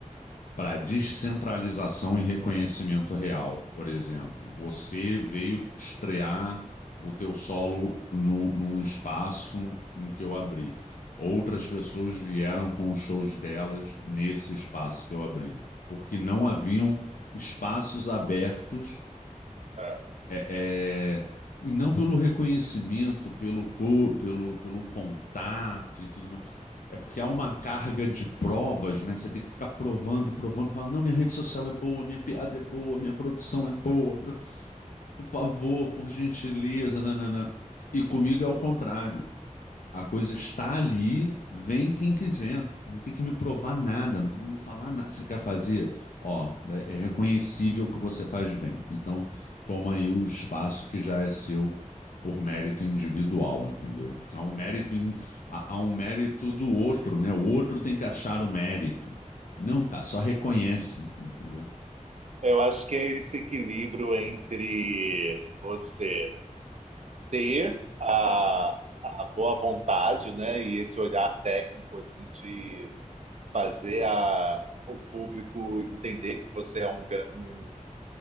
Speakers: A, on the left; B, on the right.
A: para descentralização e reconhecimento real. Por exemplo, você veio estrear o teu solo num, num espaço em que eu abri. Outras pessoas vieram com os shows delas nesse espaço que eu abri, porque não haviam espaços abertos
B: É.
A: é, é, e não pelo reconhecimento, pelo, co- pelo, pelo contato e tudo mais. É porque há uma carga de provas, né? Você tem que ficar provando e provando, falar, não, minha rede social é boa, minha piada é boa, minha produção é boa, por favor, por gentileza, nananã. E comigo é o contrário. A coisa está ali, vem quem quiser. Não tem que me provar nada, não tem que me falar nada. Você quer fazer? Ó, é é reconhecível que você faz bem. Então, toma aí o espaço que já é seu por mérito individual, entendeu? Porque há um mérito, in- há, há um mérito do outro, né? O outro tem que achar o mérito. Não, cara, só reconhece, entendeu?
B: Eu acho que é esse equilíbrio entre você ter a, a boa vontade, né, e esse olhar técnico assim de fazer a, o público entender que você é um, gra- um,